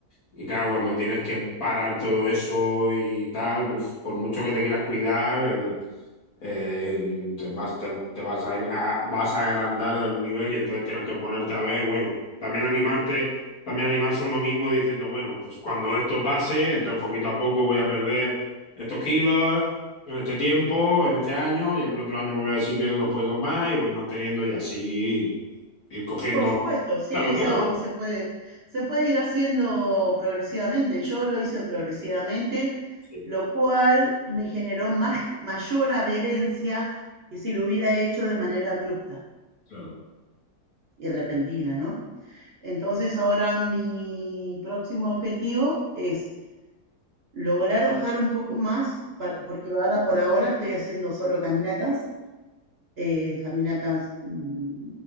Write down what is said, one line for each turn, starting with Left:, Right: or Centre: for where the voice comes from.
Left: Y claro, cuando tienes que parar todo eso y tal, uf, por mucho que te quieras cuidar, el eh, te vas, te, te vas a, a- vas a agrandar de algún nivel y entonces tienes que ponerte a ver, bueno, también animarte, también animarse uno mismo diciendo, bueno, pues cuando esto pase, entonces poquito a poco voy a perder estos kilos en este tiempo, en este año y en el otro año me voy a decir pierdo unos pocos más y voy manteniendo y así ir, ir cogiendo
Right: Por supuesto, sí,
Left: la loquera,
Right: es algo
Left: vamos.
Right: que se puede, se puede ir haciendo progresivamente. Yo lo hice progresivamente,
Left: Sí,
Right: lo cual me generó más, mayor adherencia que si lo hubiera hecho de manera abrupta
Left: claro.
Right: y repentina, ¿no? Entonces ahora mi próximo objetivo es lograr bajar un poco más, pa- porque ahora por ahora estoy haciendo solo caminatas, eh, caminatas mm,